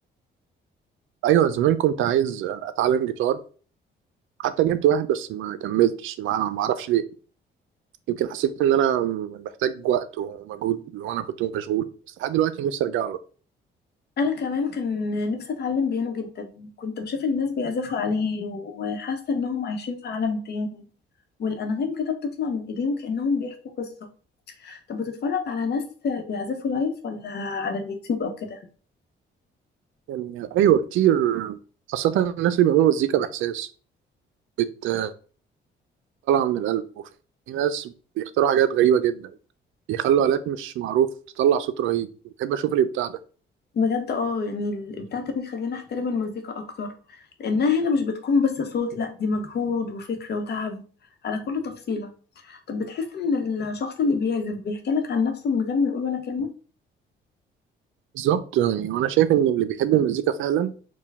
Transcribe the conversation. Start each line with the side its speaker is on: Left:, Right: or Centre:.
Right: ايوه زمان كنت عايز اتعلم جيتار حتى جبت واحد بس ما كملتش معاه ما اعرفش ليه يمكن حسيت ان انا محتاج وقت ومجهود وانا كنت مشغول بس لحد دلوقتي نفسي ارجع له
Left: انا كمان كان نفسي اتعلم بيانو جدا كنت بشوف الناس بيعزفوا عليه وحاسه انهم عايشين في عالم تاني والانغام كده بتطلع من ايديهم كانهم بيحكوا قصه طب بتتفرج على ناس بيعزفوا لايف ولا على اليوتيوب او كده
Right: يعني ايوه كتير خاصة الناس اللي بيعملوا مزيكا باحساس بتطلع من القلب وفي ناس بيختاروا حاجات غريبة جدا بيخلوا آلات مش معروف تطلع صوت رهيب بحب اشوف اللي بتاع ده
Left: بجد اه يعني الابداع ده بيخلينا احترم المزيكا اكتر لانها هنا مش بتكون بس صوت لا دي مجهود وفكر وتعب على كل تفصيله طب بتحس ان الشخص اللي بيعزف بيحكي لك عن نفسه من غير ما يقول ولا كلمه
Right: بالظبط يعني وانا شايف ان اللي بيحب المزيكا فعلا